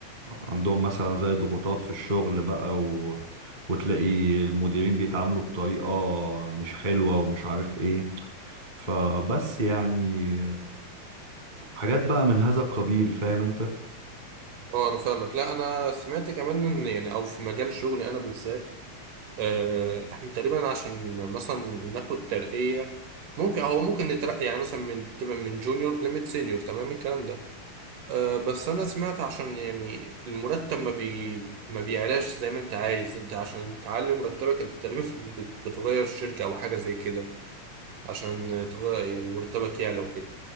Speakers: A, on the right; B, on the right.
A: عندهم مثلا زي ضغوطات في الشغل بقى و... وتلاقي المديرين بيتعاملوا بطريقة مش حلوة ومش عارف ايه فبس يعني حاجات بقى من هذا القبيل فاهم انت
B: اه انا فاهمك لا انا سمعت كمان ان يعني او في مجال شغلي انا بالذات آه، احنا تقريبا عشان مثلا ناخد ترقية ممكن هو ممكن نترقي يعني مثلا من تبقى من جونيور لميد سينيور تمام الكلام ده أه بس انا سمعت عشان يعني المرتب ما بي ما بيعلاش زي ما انت عايز انت عشان تعلي مرتبك انت تقريبا <laughs> بت- بتغير شركة او حاجة زي كده عشان تغير يعني مرتبك يعلى وكده